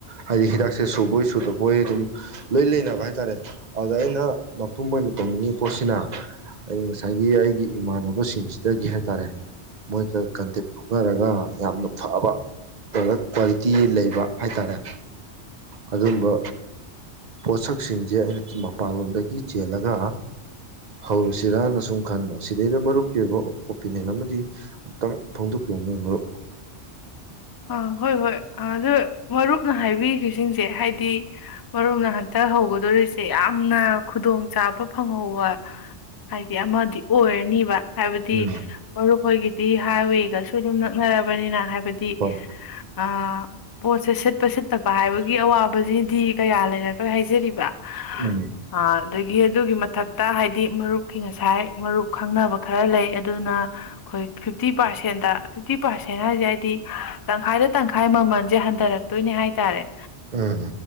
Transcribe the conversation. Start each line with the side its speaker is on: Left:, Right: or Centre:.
Right: ꯍꯥꯏꯗꯤ ꯍꯤꯗꯥꯛꯁꯦ ꯁꯨꯕꯣꯏ ꯁꯨꯗꯕꯣꯏ ꯑꯗꯨꯝ ꯂꯣꯏ ꯂꯩꯅꯕ ꯍꯥꯏ ꯇꯔꯦ ꯑꯗꯨꯗ ꯑꯩꯅ ꯃꯄꯨꯝ ꯑꯣꯏꯅ ꯇꯧꯅꯤꯡꯉꯤ ꯄꯣꯠꯁꯤꯅ ꯑꯩ ꯉꯁꯥꯏꯒꯤ ꯑꯩꯒꯤ ꯏꯃꯥꯟꯅꯕꯁꯤꯡꯁꯤꯗꯒꯤ ꯍꯥꯏ ꯇꯔꯦ ꯃꯣꯏꯒ ꯀꯟꯇꯦꯛ ꯂꯧꯅꯔꯒ ꯌꯥꯝꯅ ꯐꯕ ꯄ꯭ꯔꯗꯛ ꯀ꯭ꯋꯥꯂꯤꯇꯤ ꯂꯩꯕ ꯍꯥꯏ ꯇꯥꯔꯦ ꯑꯗꯨꯝꯕ ꯄꯣꯠꯁꯛꯁꯤꯡꯁꯦ ꯑꯩꯅ ꯃꯄꯥꯟꯂꯣꯝꯗꯒꯤ ꯆꯦꯜꯂꯒ ꯍꯧꯔꯁꯤꯔꯅ ꯁꯨꯝ ꯈꯟꯕ ꯁꯤꯗꯩꯗ ꯃꯔꯨꯞꯀꯤ ꯑꯣꯏꯕ ꯑꯣꯄꯤꯅꯤꯌꯟ ꯑꯃꯗꯤ ꯑꯃꯨꯛꯇꯪ ꯐꯣꯡꯗꯣꯛꯄꯤꯔꯝꯃꯨꯅꯦ ꯃꯔꯨꯞ
Left: ꯑ ꯍꯣꯏ ꯍꯣꯏ ꯑꯗꯨ ꯃꯔꯨꯞꯅ ꯍꯥꯏꯕꯤꯈꯤ ꯁꯤꯡꯁꯦ ꯁꯦ ꯍꯥꯏꯗꯤ ꯃꯔꯨꯝꯅ ꯍꯟꯇꯛ ꯍꯧꯒꯗꯣꯔꯤꯁꯦ ꯑꯦ ꯌꯥꯝꯅ ꯈꯨꯗꯣꯡ ꯆꯥꯕ ꯐꯪꯍꯧꯕ ꯍꯥꯏꯗꯤ ꯑꯃꯗꯤ ꯑꯣꯏꯔꯅꯤꯕ ꯍꯥꯏꯕꯗꯤ
Right: ꯎꯝ
Left: ꯃꯔꯨꯞꯍꯣꯏꯒꯤꯗꯤ ꯍꯥꯏꯋꯦꯒꯁꯨ ꯑꯗꯨꯝ ꯅꯛꯅꯔꯕꯅꯤꯅ ꯍꯥꯏꯕꯗꯤ
Right: ꯍꯣꯏ
Left: ꯑ ꯄꯣꯠꯁꯦ ꯁꯤꯠꯄ ꯁꯤꯠꯇ ꯄꯥ ꯍꯥꯏꯕꯒꯤ ꯑꯋꯥꯕꯁꯤꯗꯤ ꯀꯌꯥ ꯂꯩꯔꯔꯣꯏ ꯍꯥꯏꯖꯔꯤ ꯕ
Right: ꯎꯝ
Left: ꯑꯥ ꯑꯗꯒꯤ ꯑꯗꯨꯒꯤ ꯃꯊꯛꯇ ꯍꯥꯏꯗꯤ ꯃꯔꯨꯞꯀꯤ ꯉꯁꯥꯏ ꯃꯔꯨꯞ ꯈꯪꯅꯕ ꯈꯔ ꯂꯩ ꯑꯗꯨꯅ ꯑꯩꯈꯣꯏ ꯐꯤꯐꯇꯤ ꯄꯥꯔꯁꯦꯟ ꯗꯥ ꯐꯤꯐꯇꯤ ꯄꯔꯁꯦꯟ ꯍꯥꯏꯁꯦ ꯍꯥꯏꯗꯤ ꯇꯪꯈꯥꯏꯗ ꯇꯪꯈꯥꯏ ꯃꯃꯜꯁꯦ ꯍꯟꯊꯔꯛ ꯗꯣꯏꯅꯦ ꯍꯥꯏꯇꯥꯔꯦ
Right: ꯎꯝ